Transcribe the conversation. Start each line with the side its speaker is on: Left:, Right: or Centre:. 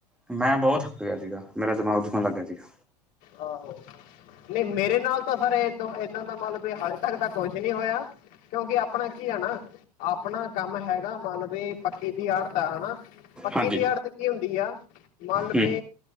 Centre: ਮੈਂ ਬਹੁਤ ਥੱਕ ਗਿਆ ਸੀਗਾ, ਮੇਰਾ ਦਿਮਾਗ ਦੁਖਣ ਲੱਗ ਗਿਆ ਸੀਗਾ।
Left: ਆਹੋ, ਨਹੀਂ ਮੇਰੇ ਨਾਲ ਤਾਂ ਸਰ ਇਦ- ਏਦਾਂ ਦਾ ਮਤਲਬ ਵੀ ਹਾਲੇ ਇੱ ਤਕ ਤਾਂ ਕੁਛ ਨੀ ਹੋਇਆ ਕਿਉਂਕਿ ਆਪਣਾ ਕੀ ਆ ਨਾ ਆਪਣਾ ਕੰਮ ਹੈਗਾ ਮੰਨਲਬ ਇਹ ਪੱਕੀ ਦੀ ਆੜਤ ਆ ਹਨਾ, ਪੱਕੀ
Centre: ਹਾਂਜੀ
Left: ਦੀ ਆੜਤ ਹੁੰਦੀ ਆ, ਮੰਨ ਲ
Centre: ਹੂੰ
Left: ਪੇ